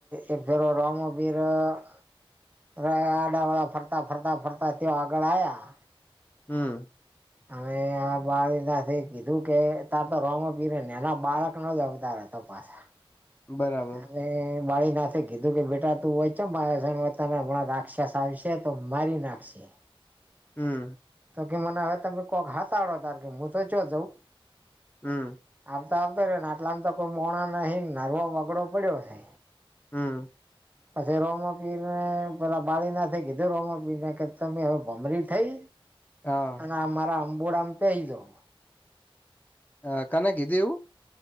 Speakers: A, on the right; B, on the left.
A: એક જરો રમબીર- આડાવાડા ફરતા -ફરતા -ફરતા તયો આગળ આયા.
B: હમ.
A: આવે આ. બાળ ના કીધું કે ત તો રોમ પીરે ને એના બાળક નો જ અવતાર હતો પાછા
B: બરાબર.
A: અને બાળીનાથે કીધું કે બેટા તું હોયચ બાસને વતાને હમણાં રાક્ષસ આવશે તો મારી નાખશે
B: હમ.
A: તો કે મને હવે તમે કોઈક હાથ આડો ત કે હું તો ચયો જઉં
B: હમ.
A: આવતા આવતો રે ને આટલામ તો કોઈ મોણા નહી નરવો વગડો પડ્યો છે.
B: હમ
A: પછી રોમ પીને પેલા બાળી નાથે કીધું રોમ પીને કે તમે હવે ભમરી થઈ
B: હા
A: અને મારા અંબુડામ પે એ તો
B: હ કનકી એવું